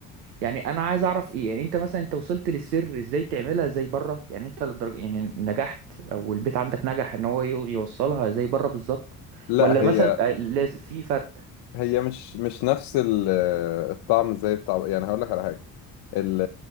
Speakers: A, on the right; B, on the left.
A: يعني انا عايز اعرف ايه يعني انت مثلا انت وصلت للسر ازاي تعملها زي بره يعني انت للدرجه يعني نجحت او البيت عندك نجح ان هو يو- يوصلها زي بره بالظبط
B: لا
A: ولا
B: هي
A: مثلا آه، لازم في فرق
B: هي مش مش نفس ال- الطعم زي بتاع يعني هقول لك على حاجة ال-